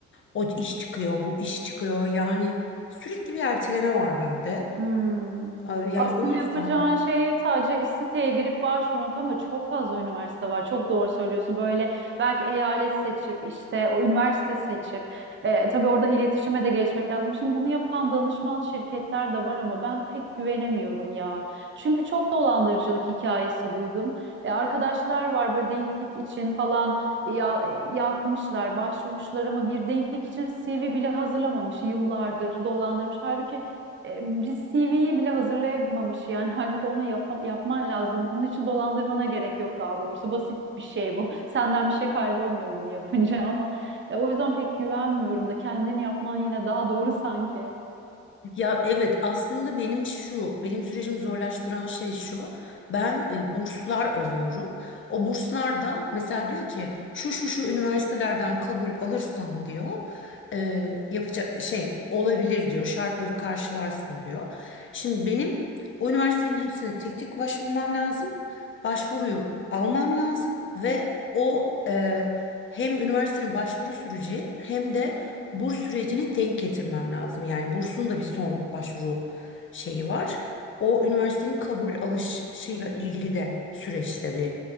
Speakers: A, on the left; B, on the right.
A: o iş çıkıyor, bu iş çıkıyor. Yani sürekli bir erteleme var bende.
B: Hmm.
A: Ay, Yani
B: Aslında
A: o yüzden.
B: yapacağın şey sadece iş siteye girip başvurmak ama çok fazla üniversite var. Çok doğru söylüyorsun. Böyle belki eyalet seçip işte o üniversite seçip e, tabii oradan iletişime de geçmek lazım. Şimdi bunu yapan danışman şirketler de var ama ben pek güvenemiyorum ya. Çünkü çok dolandırıcılık hikayesi duydum. E, arkadaşlar var böyle denklik için falan ya, e, yapmışlar, başvurmuşlar ama bir denklik için CV bile hazırlamamış. Yıllardır dolandırmış. Halbuki e, bir CV'yi bile hazırlayamamış yani halbuki ona yapam- yapman lazım. Bunun için dolandırmana gerek yok daha doğrusu. Basit bir şey bu. Senden bir şey kaybolmuyor bunu yapınca ama ya, o yüzden pek güvenmiyorum da kendini yapman yine daha doğru sanki.
A: Ya evet aslında benim şu benim sürecimi zorlaştıran şey şu ben e, burslar arıyorum o burslar da mesela diyor ki şu şu şu üniversitelerden kabul alırsan diyor e, yapacak şey olabilir diyor şartları karşılarsın diyor. Şimdi benim o üniversitelerin hepsine tek tek başvurmam lazım başvuruyu almam lazım ve o e, hem üniversitenin başvuru süreci hem de burs sürecini denk getirmem lazım. Yani bursun da bir son başvuru şeyi var. O üniversitenin kabul alışıyla ilgili de süreçte bir